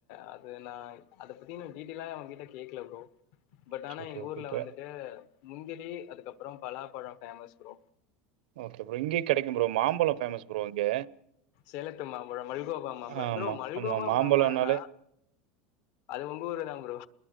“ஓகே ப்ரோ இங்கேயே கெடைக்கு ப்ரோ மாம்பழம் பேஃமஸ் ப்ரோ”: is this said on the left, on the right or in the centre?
Right